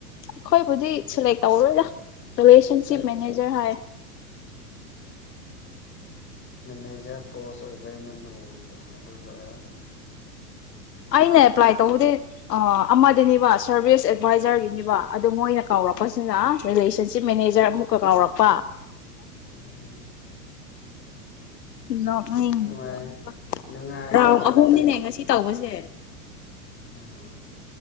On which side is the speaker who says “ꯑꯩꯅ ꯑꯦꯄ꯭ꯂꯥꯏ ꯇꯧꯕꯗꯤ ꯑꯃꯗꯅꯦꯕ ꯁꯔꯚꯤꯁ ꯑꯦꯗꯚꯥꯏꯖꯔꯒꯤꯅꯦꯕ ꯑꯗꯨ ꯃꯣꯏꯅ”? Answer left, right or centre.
Left